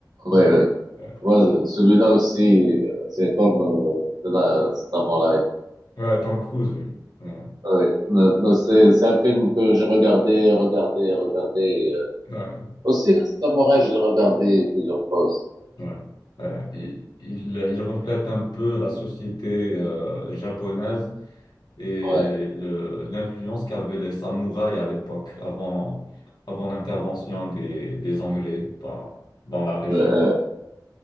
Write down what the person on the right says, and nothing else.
ouais, ouais.
Ouais, celui-là aussi, euh, c'est comme euh, de la Samouraï.
Ouais. Non, non, c'est, c'est un film que j'ai regardé, regardé, regardé. euh.
Aussi, le Samouraï, je l'ai regardé plusieurs fois aussi.
Ouais.
Euh, euh,